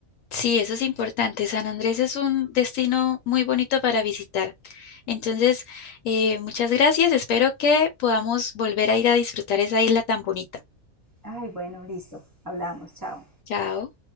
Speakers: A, on the left; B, on the right.
A: Sí, eso es importante. San Andrés es un destino muy bonito para visitar. Entonces, eh, muchas gracias. Espero que podamos volver a ir a disfrutar esa isla tan bonita.
B: Ay, bueno, listo, hablamos, chao.
A: Chao.